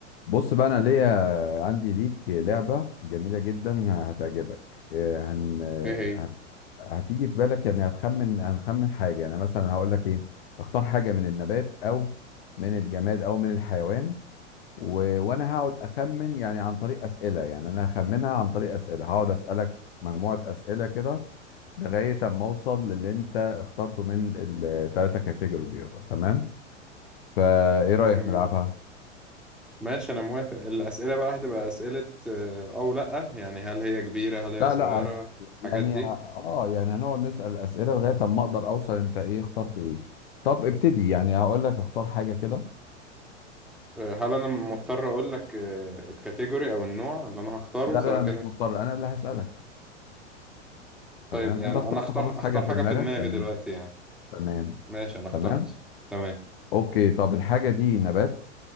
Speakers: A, on the left (about 50°); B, in the centre.
A: بص بقى انا ليا عندي ليك لعبة جميلة جدا هتعجبك آه، هن آه،
B: ايه هي
A: هت... هتيجي في بالك يعني هتخمن هنخمن حاجة يعني مثلا هقول لك ايه اختار حاجة من النبات او من الجماد او من الحيوان و... وانا هقعد اخمن يعني عن طريق أسئلة يعني انا هخمنها عن طريق أسئلة هقعد أسألك مجموعة أسئلة كده لغاية اما اوصل للي انت اخترته من الثلاثة كاتيجوري دول تمام فايه رأيك
B: جميل
A: نلعبها
B: ماشي انا موافق الاسئله بقى هتبقى اسئله آه، او لا يعني هل هي كبيره هل هي
A: لا
B: صغيره
A: لا هس-
B: الحاجات
A: يعني
B: دي
A: اه يعني هنقعد نسأل أسئلة لغاية ما اقدر اوصل انت ايه اخترت ايه طب ابتدي يعني هقول لك اختار حاجة كده
B: آه، هل انا مضطر اقول لك آه، الكاتيجوري او النوع اللي انا هختاره
A: لا
B: سواء
A: لا لا
B: كان
A: مش مضطر انا اللي هسألك
B: طيب
A: تمام
B: يعني
A: انت اخترت
B: انا اختار
A: خلاص
B: اختار
A: حاجة في
B: حاجه
A: دماغك
B: في دماغي
A: تمام
B: دلوقتي يعني
A: تمام
B: ماشي انا اخترت
A: تمام
B: تمام
A: اوكي طب الحاجة دي نبات